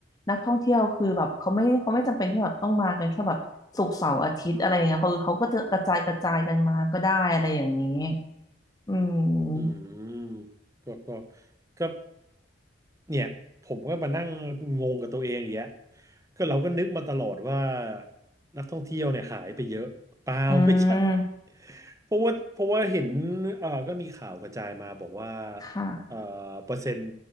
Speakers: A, on the left (about 20°); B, on the right (about 15°).
A: นักท่องเที่ยวคือแบบเขาไม่เขาไม่จำเป็นที่แบบต้องมากันแค่แบบศุกร์เสาร์อาทิตย์อะไรอย่างเงี้ยเขาคือเขาก็จะกระจายกระจายกันมาก็ได้อะไรอย่างนี้อืม
B: อืมก็ก็ก็เนี่ยผมก็มานั่งงงกับตัวเองอย่างเงี้ยก็เราก็นึกมาตลอดว่านักท่องเที่ยวเนี่ยหายไปเยอะเปล่า
A: อืม
B: <laughs> ไม่ใช่เพราะว่าเพราะว่าเห็นเอ่อก็มีข่าวกระจายมาบอกว่า
A: ค่ะ
B: เอ่อเปอร์เซ็นต์